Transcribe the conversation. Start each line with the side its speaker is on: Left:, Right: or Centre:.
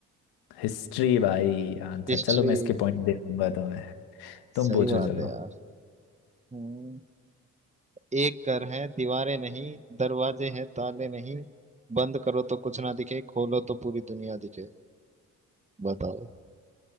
Left: हिस्ट्री भाई आंसर
Right: हिस्ट्री
Left: चलो मैं इसके पॉइंट दे दूंगा तुम्हें
Right: सही
Left: तुम पूछो
Right: बात
Left: चलो
Right: है यार हम्म, एक घर है दीवारें नहीं दरवाजे हैं ताले नहीं बंद करो तो कुछ ना दिखे खोलो तो पूरी दुनिया दिखे बताओ